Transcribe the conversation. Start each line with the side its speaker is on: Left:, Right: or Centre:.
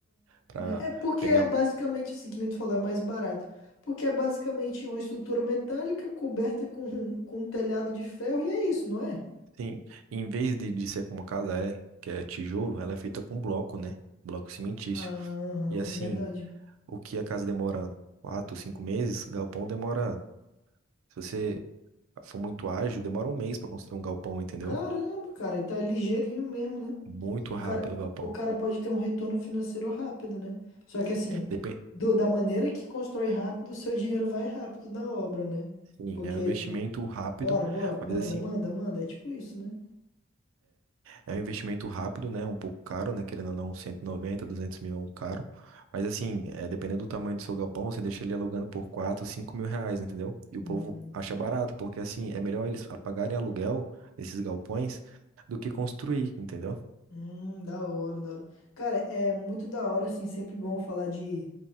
Right: para
Left: É porque
Right: pegar.
Left: é basicamente assim que nem tu falou, é mais barato. Porque é basicamente uma estrutura metálica coberta com, com um telhado de ferro e é isso, não é?
Right: Sim, em vez de, de ser como casa é, que é tijolo, ela é feita com bloco, né? Bloco cimentício.
Left: Aham,
Right: E assim,
Left: verdade.
Right: o que a casa demora quatro, cinco meses, galpão demora. Se você Foi muito ágil, demora um mês para construir um galpão, entendeu?
Left: Caramba, cara, então é ligeirinho mesmo, né?
Right: Muito
Left: O cara,
Right: rápido o galpão.
Left: o cara pode ter um retorno financeiro rápido, né? Só
Right: Sim.
Left: que assim,
Right: Depende.
Left: do- da maneira que constrói rápido, o seu dinheiro vai rápido na obra, né?
Right: Sim,
Left: Porque,
Right: é um investimento
Left: te-
Right: rápido,
Left: bora, bora,
Right: mas
Left: manda,
Right: assim,
Left: manda, manda, é tipo isso, né?
Right: é um investimento rápido, né? Um pouco caro, né? Querendo ou não, 190 200 mil é um caro. Mas assim, é, dependendo do tamanho do seu galpão, você deixa ele alugando por 4 5 mil reais, entendeu? E o
Left: Hum.
Right: povo acha barato, porque assim, é melhor eles pagarem aluguel, esses galpões, do que construir, entendeu?
Left: Hum, da hora, da hora. Cara, é muito da hora, assim, sempre bom falar de,